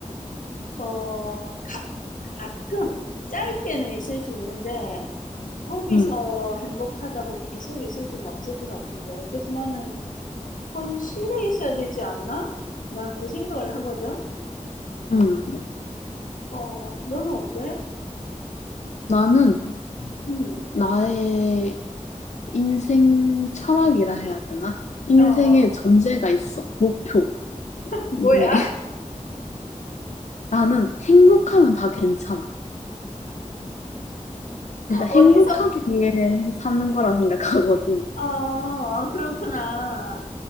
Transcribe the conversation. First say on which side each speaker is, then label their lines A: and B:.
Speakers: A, on the left; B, on the left.
A: 어, 가, 가끔, 짧게는 있을 수 있는데, 거기서
B: 응,
A: 행복하다고 계속 있을 수는 없을 것 같은데. 그래서 나는 현실에 있어야 되지 않나? 난 그 생각을 하거든.
B: 응.
A: 어, 너는 어때?
B: 나는
A: 음,
B: 나의 인생 철학이라 해야 되나? 인생의
A: 어, 어.
B: 전제가 있어. 목표.
A: 뭐야?
B: 이게 <laughs> 나는 행복하면
A: <laughs>
B: 다 괜찮아. 진짜 행복하기
A: 어디서?
B: 위해 사는 거라 생각하거든.
A: 어, 어, 그렇구나.